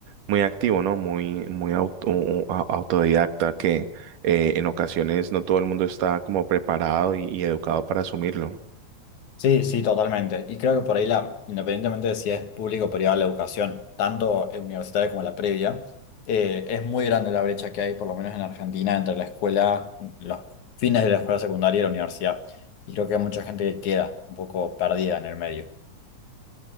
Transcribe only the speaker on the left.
Sí, sí, totalmente. Y creo que por ahí, la, independientemente de si es público o privada la educación, tanto eh, universitaria como la previa, eh, es muy grande la brecha que hay, por lo menos en Argentina, entre la escuela, los fines de la escuela secundaria y la universidad. Y creo que hay mucha gente que queda un poco perdida en el medio.